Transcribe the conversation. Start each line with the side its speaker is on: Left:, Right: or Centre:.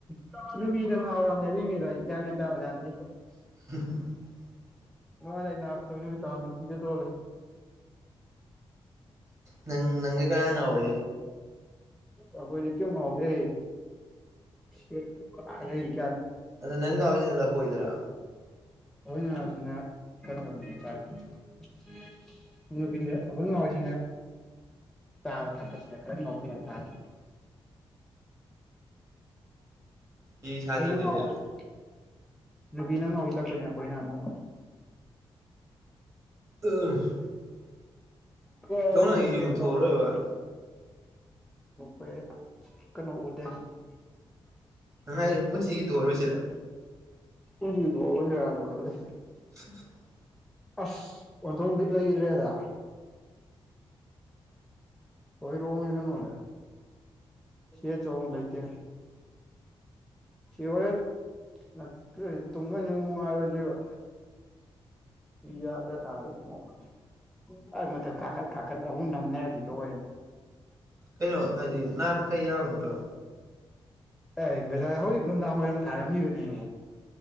Centre: ꯇꯥ ꯖꯨꯔꯤꯗ ꯉꯥꯎꯔꯝꯅꯦ ꯑꯗꯨꯢ ꯃꯤꯗꯣ ꯑꯩ ꯒ꯭ꯌꯥꯟꯒ ꯇꯥꯕꯖꯥꯠ ꯅꯠꯇꯦ
Right: <unintelligible>
Centre: ꯅꯨꯉꯥꯢ ꯅꯩꯅ ꯇꯧꯅꯤꯇ ꯅꯨꯄꯤꯅ ꯇꯧꯔ
Right: ꯅꯪ ꯅꯪꯒꯤ ꯀꯅ ꯉꯥꯎꯋꯦ
Centre: ꯑꯈꯣꯏꯗꯤ ꯀꯦꯝ ꯉꯥꯎꯗ ꯁꯦꯠ ꯑꯗꯥꯏꯗꯩꯩ
Right: ꯑꯗ ꯅꯪ ꯌꯥꯎꯁꯤꯅ ꯂꯐꯣꯏꯗꯔꯥ
Centre: ꯑꯣꯏꯅꯁꯤꯅ <unintelligible> <unintelligible> ꯑꯈꯣꯏꯃꯥ ꯍꯣꯏꯁꯤꯅ ꯇꯥꯕ ꯊꯛꯄꯁ ꯈ꯭ꯔ ꯈ꯭ꯔ ꯉꯥꯎꯁꯟꯅ ꯇꯥꯁꯤ
Right: ꯒꯤ ꯁꯥꯇ꯭ꯔꯅꯤ
Centre: ꯉꯥꯎꯕ
Right: ꯅꯦ
Centre: ꯅꯠꯇꯦ ꯅꯨꯄꯤꯅ ꯉꯥꯎꯁꯤꯜꯂꯛꯄꯅꯦ ꯑꯩꯈꯣꯏꯅ ꯑꯃꯨꯛ
Right: <unintelligible>
Centre: ꯀꯔꯤ
Right: ꯌꯣꯡ ꯅꯪ ꯌꯨꯝ
Centre: ꯁꯦꯠ
Right: ꯊꯣꯛꯑꯔꯣꯏꯕ
Centre: ꯌꯧꯃ ꯂꯩꯈꯠꯂꯤ ꯄꯦ ꯀꯩꯅꯣ ꯎꯗꯦ
Right: ꯇꯪꯍꯥꯏ ꯄꯣꯠꯁꯤꯒꯤ ꯇꯧꯔꯔꯣꯏ ꯁꯤꯔ
Centre: ꯃꯅꯤꯡ ꯇꯣꯡꯂꯁꯤꯔꯥꯅ ꯈꯜꯂꯦ
Right: <inaudible>
Centre: ꯑꯁ ꯑꯣꯟꯊꯣꯡ ꯕꯤꯠ ꯂꯩꯈꯤꯗ꯭ꯔꯦꯗ ꯍꯣꯏꯔꯣꯡꯒꯤ ꯀꯅꯣꯖꯦ ꯁꯦ ꯆꯧꯕ ꯂꯩꯇꯦ ꯁꯤꯍꯣꯔꯦꯟ ꯅꯠꯇ꯭ꯔꯦ ꯇꯨꯝꯒ꯭ꯔꯗꯤ ꯅꯨꯡꯉꯥꯏꯔꯣꯏꯗꯨꯢꯕ ꯌꯥꯠꯂ ꯇꯥꯔꯦ ꯏꯕꯨꯉꯣ ꯈ꯭ꯋꯥꯏ ꯃꯊꯛ ꯀꯥꯈꯠ ꯀꯥꯈꯥꯠ ꯑꯍꯨꯝ ꯅꯝꯅꯔꯁꯤꯗ ꯑꯣꯏꯔꯦ
Right: ꯀꯩꯅꯣ ꯍꯥꯏꯗꯤ ꯉꯥꯃꯈꯩ ꯌꯥꯎꯔꯣꯏꯗ꯭ꯔꯣ
Centre: ꯑꯦ ꯉꯁꯥꯏ ꯍꯧꯖꯤꯛ ꯅꯨꯡꯗꯥꯡ ꯋꯥꯏꯔꯝ ꯊꯥꯔꯝꯃꯤꯕꯅꯦ